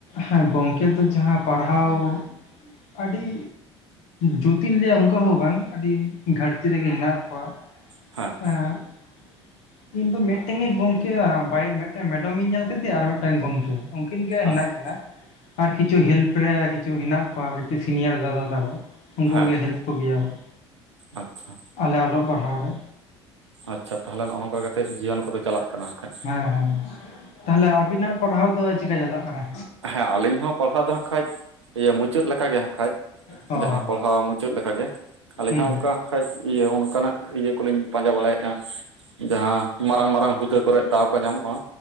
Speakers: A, on the left; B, on the right.
A: ᱦᱮᱸ ᱜᱚᱝᱠᱮ ᱫᱚ ᱡᱟᱦᱟᱸ ᱯᱟᱲᱦᱟᱣ ᱟᱹᱰᱤ ᱡᱩᱛᱤᱧ ᱞᱟᱹᱭᱟ ᱚᱱᱠᱟ ᱦᱚᱸ ᱵᱟᱝ ᱟᱹᱰᱤ ᱜᱷᱟᱴᱛᱤ ᱨᱮᱜᱮ ᱦᱮᱱᱟᱜ ᱠᱚᱣᱟ
B: ᱦᱮᱸ
A: ᱮᱸ ᱤᱧ ᱫᱚ ᱢᱤᱫᱴᱮᱱ ᱜᱮ ᱜᱚᱝᱠᱮ ᱵᱟᱭᱟ ᱢᱮᱫᱴᱮ ᱢᱮᱰᱚᱢᱤᱧ ᱧᱮᱞ ᱠᱟᱫᱮᱭᱟ ᱟᱨ ᱢᱤᱫᱴᱟᱝ ᱜᱚᱢᱠᱮ ᱩᱱᱠᱤᱱ ᱜᱮ ᱦᱮᱱᱟᱜ
B: ᱟᱪᱪᱷᱟ
A: ᱠᱤᱱᱟ ᱟᱨ ᱠᱤᱪᱷᱩ ᱦᱮᱞᱯ ᱨᱮ ᱠᱤᱪᱷᱩ ᱦᱮᱱᱟᱜ ᱠᱚᱣᱟ ᱠᱟᱹᱴᱤᱡ ᱥᱤᱱᱤᱭᱟᱨ ᱫᱟᱫᱟ ᱛᱟᱠᱚ ᱩᱱᱠᱩᱜᱮ
B: ᱦᱮᱸ ᱦᱮᱸ
A: ᱦᱮᱞᱯ ᱠᱚᱜᱮᱭᱟᱵᱚᱱ
B: ᱟᱪᱪᱷᱟ
A: ᱟᱞᱮ ᱚᱞᱚᱜ ᱯᱟᱲᱦᱟᱣ ᱨᱮ
B: ᱟᱪᱪᱷᱟ ᱛᱟᱦᱞᱮ ᱱᱚᱜ-ᱚ ᱱᱚᱝᱠᱟ ᱠᱟᱛᱮᱜ ᱡᱤᱭᱚᱱ ᱠᱚᱫᱚ ᱪᱟᱞᱟᱜ ᱠᱟᱱᱟ ᱠᱷᱟᱡ
A: ᱦᱮᱸ ᱦᱮᱸ ᱛᱟᱦᱞᱮ ᱟᱵᱤᱱᱟᱜ ᱯᱟᱲᱦᱟᱣ ᱫᱚ ᱪᱮᱠᱟ ᱪᱟᱞᱟᱜ ᱠᱟᱱᱟ
B: ᱦᱮᱸ ᱟᱞᱤᱧ ᱦᱚᱸ ᱯᱟᱲᱦᱟᱣ ᱫᱚ ᱦᱟᱸᱜ ᱠᱷᱟᱡ ᱤᱭᱟᱹ ᱢᱩᱪᱟᱹᱫ ᱞᱮᱠᱟ ᱜᱮ ᱦᱟᱸᱜ ᱠᱷᱟᱡ
A: ᱚ
B: ᱡᱟᱦᱟᱸ ᱯᱟᱲᱦᱟᱣ ᱪᱮᱫ ᱞᱮᱠᱟᱜᱮ ᱟᱹᱞᱤᱧ
A: ᱦᱩᱸ
B: ᱦᱚᱸ
A: ᱦᱮᱸ
B: ᱚᱝᱠᱟ ᱠᱷᱟᱡ ᱤᱭᱟᱹ ᱚᱱᱠᱟᱱᱟᱜ ᱤᱭᱟᱹ ᱠᱚᱞᱤᱧ ᱯᱟᱸᱡᱟ ᱵᱟᱲᱟᱭᱮᱫᱼᱟ ᱡᱟᱦᱟᱸ ᱢᱟᱨᱟᱝ ᱢᱟᱨᱟᱝ ᱟᱝ ᱦᱩᱫᱟᱹ ᱠᱚᱨᱮ ᱫᱟᱣ ᱠᱚ ᱧᱟᱢᱚᱜᱼᱟ